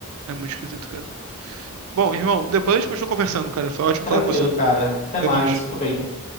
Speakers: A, on the right (about 70°); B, on the left (about 35°).
A: É muito esquisito, cara. Bom, irmão, depois a gente continua conversando, cara. Foi ótimo
B: Tranquilo,
A: falar com você.
B: cara. Até
A: Até
B: mais.
A: mais.
B: Fico bem.